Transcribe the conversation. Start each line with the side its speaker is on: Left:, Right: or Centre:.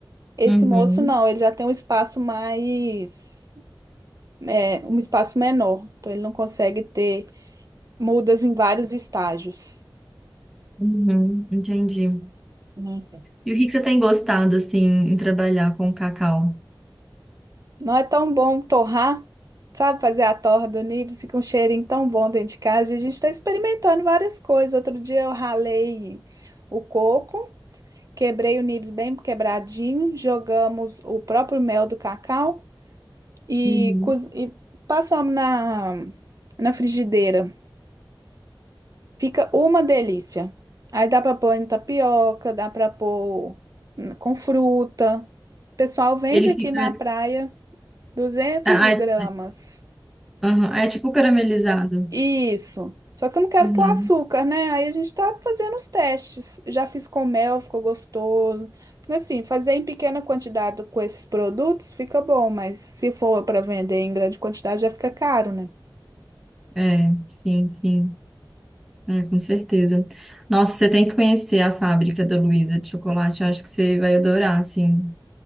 Right: Esse
Centre: Uhum,
Right: moço não, ele já tem um espaço mais é, um espaço menor, então ele não consegue ter mudas em vários estágios,
Centre: uhum, entendi.
Right: né?
Centre: E o que que você tem gostado, assim, em trabalhar com cacau?
Right: Não é tão bom torrar, sabe, fazer a torra do níbice com um cheirinho tão bom dentro de casa. E a gente está experimentando várias coisas. Outro dia eu ralei o coco, quebrei o níbice bem quebradinho, jogamos o próprio mel do cacau e,
Centre: Uhum.
Right: coz- e passamos na, na frigideira. Fica uma delícia. Aí dá pra pôr em tapioca, dá pra pôr hum, com fruta. O pessoal vende
Centre: Ele
Right: aqui
Centre: fica
Right: na praia 200
Centre: Ah,
Right: gramas.
Centre: É, aham, é tipo caramelizado.
Right: Isso. Só que eu não quero
Centre: Uhum,
Right: pôr açúcar, né? Aí a gente tá fazendo os testes. Já fiz com mel, ficou gostoso. Assim, fazer em pequena quantidade com esses produtos fica bom, mas se for para vender em grande quantidade já fica caro, né?
Centre: É, sim, sim. É, com certeza. Nossa, você tem que conhecer a fábrica da Luísa de chocolate. Eu acho que você vai adorar, assim.